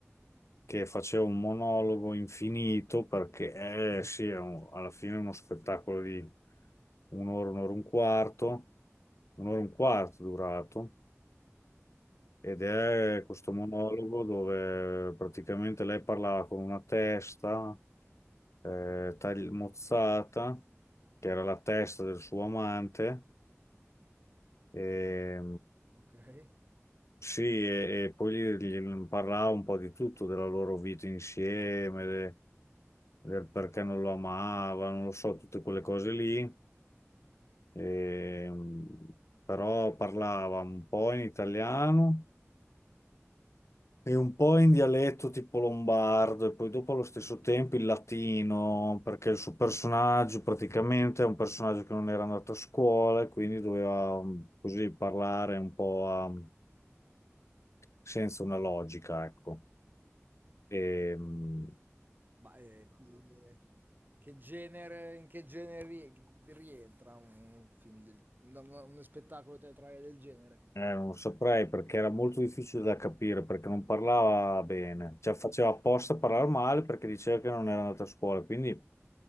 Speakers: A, on the left (about 70°); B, on the right (about 40°).
A: che facevo un monologo infinito perché eh, sì, è un- alla fine è uno spettacolo di un'ora, un'ora e un quarto, un'ora e un quarto durato ed è questo
B: Okay,
A: monologo dove praticamente lei parlava con una testa eh, tagli- mozzata, che era la testa del suo amante. E,
B: okay.
A: Sì, e, e poi gli, gli parlava un po' di tutto, della loro vita insieme, de- del perché non lo amava, non lo so, tutte quelle cose lì. E, mh, però parlava un po' in italiano e un po' in dialetto tipo lombardo, e poi dopo allo stesso tempo in latino, perché il suo personaggio praticamente è un personaggio che non era andato a scuola e quindi doveva mh, così parlare un po' a- senza una logica, ecco. E, mh,
B: Ma, ehm, che che genere in che genere rie rientra un un film del da una uno spettacolo teatrale del genere?
A: eh, non saprei perché era molto difficile da capire perché non parlava bene, cioè faceva apposta a parlare male perché diceva che non era andata a scuola. Quindi,